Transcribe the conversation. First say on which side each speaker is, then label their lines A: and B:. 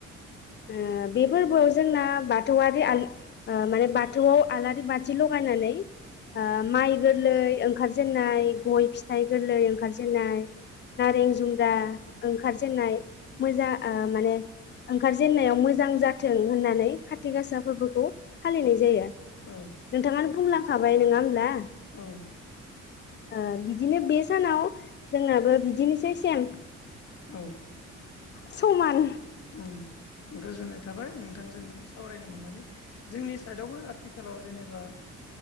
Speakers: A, on the left (about 40°); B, on the left (about 55°).
A: ओ बेफोरबोयाव जो जोंना बाथौयारि आन ओ माने बाथौआव आलारि बाथि लगायनानै ओ माइ गोरलै ओंखारजेनाय गय फिथाइ गोरलै ओंखारजेननाय नारें जुमब्रा ओंखारजेनाय मोजां आ माने ओंखारजेननायाव मोजां जाथों होननानै काति गासा फोरबोखौ फालिनाय जायो।
B: औ
A: नोंथाङानो बुंलां खाबाय नङा होमला
B: औ
A: ओ बिदिनो बे सानाव जोंनाबो बिदिनोसै सेम।
B: औ
A: समान
B: ओम गोजोननाय थाबाय नोंथांजों सावरायनो मोननानै जोंनि साइडआवबो आथिखालाव जेनेबा